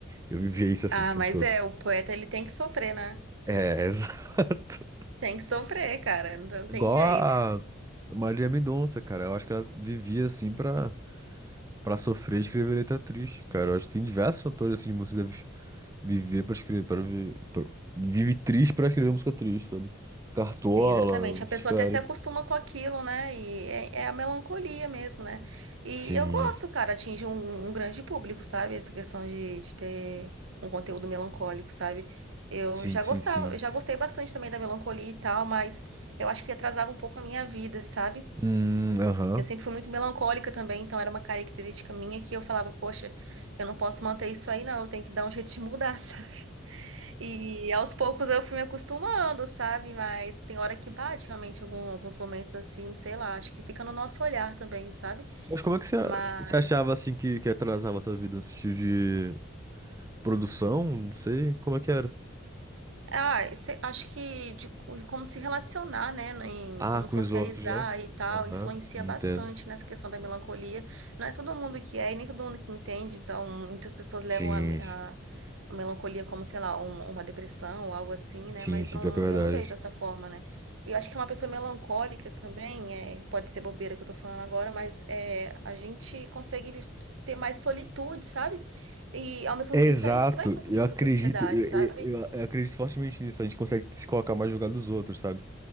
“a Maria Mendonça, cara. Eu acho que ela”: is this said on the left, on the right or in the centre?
Right